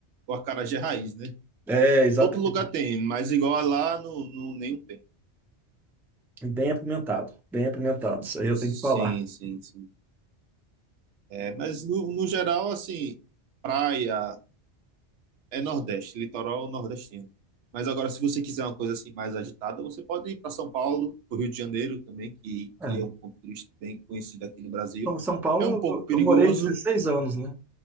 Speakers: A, on the right; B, in the centre.
A: o acarajé raiz, né?
B: É, exatamente.
A: Todo lugar tem, mas igual a lá, não, não, nenhum tem.
B: E Bem apimentado, bem apimentado, isso aí eu
A: Sim,
B: tenho que falar.
A: sim, sim. É, mas no, no geral, assim, praia, É Nordeste, litoral nordestino. Mas agora, se você quiser uma coisa assim mais agitada, você pode ir para São Paulo, para o Rio de Janeiro também, que,
B: É.
A: que é um ponto turístico bem conhecido aqui no Brasil.
B: Então, São Paulo,
A: É um
B: eu,
A: pouco perigoso.
B: eu morei 16 anos, né?